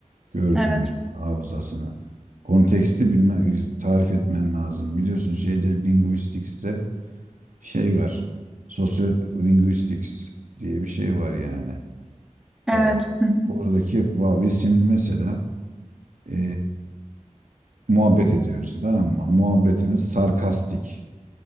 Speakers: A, on the right (about 80°); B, in the centre.
A: gördüğünü
B: evet
A: hafızasına. Konteksti bilme, e, tarif etmen lazım. Biliyorsun şeyde linguistics'te şey var. Sociolinguistics diye bir şey var yani.
B: evet
A: Ee,
B: hı
A: oradaki va- biz şimdi mesela e, muhabbet ediyoruz tamam mı? Muhabbetimiz sarkastik.